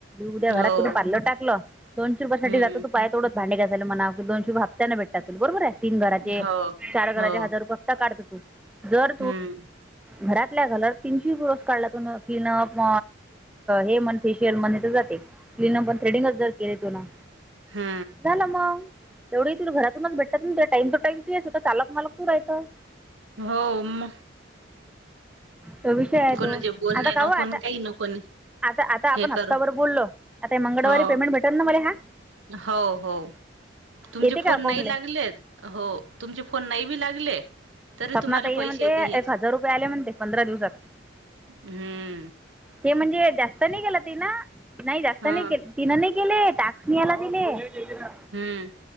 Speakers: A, in the centre; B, on the right.
A: उद्या घरा
B: हो
A: घरातून पार्लर टाकलं... दिवसभर
B: हम्म
A: जात तू पाय तोडत भांडे घासायला दोनशे हप्त्यांनी भेटातात बरोबर आहे. तीन घराचे
B: हो
A: चार घराचे
B: हो
A: हजार रुपये... काढ जा तू जर
B: हम्म
A: घरातल्या घरात... तीनशे रोज काढला तर क्लीनअप हे मन फेशियल म्हणट जाते. क्लीन अप पण थ्रेडिंग जर केले तु न...
B: हा...
A: झाला मग तेवढे, तुला घरातूनच भेटत ना टाइम टू टाइम तू चाक मालक तू रायतं...
B: हो मग...
A: तो विषय आहे
B: कोणाचे
A: तो
B: बोलणे
A: आता पाहु
B: नको
A: आता...
B: न काही नको न
A: आता आता आपण
B: हे
A: हप्ता
B: कर
A: भर बोललो आता मंगळवारी
B: हो
A: पेमेंट भेटेल ना मला हा...
B: हो हो तुमचे
A: येते
B: फोन
A: का अकाउंटले
B: नाही लागलेत.. हो तुमचे फोन नाही बी लागले.. तरी
A: स्वप्ना
B: तुम्हाला
A: ताई
B: पैसे
A: म्हणते
B: येते हेजे
A: एक हजार रुपये आले म्हणते पंधरा दिवसात.
B: हा म्म..
A: हे म्हणजे जास्त नाही केेलं त्यानं.. नाही जास्त
B: हा
A: नाही के तनं नाही केेले टॅक्स नि याला दिले..
B: हा..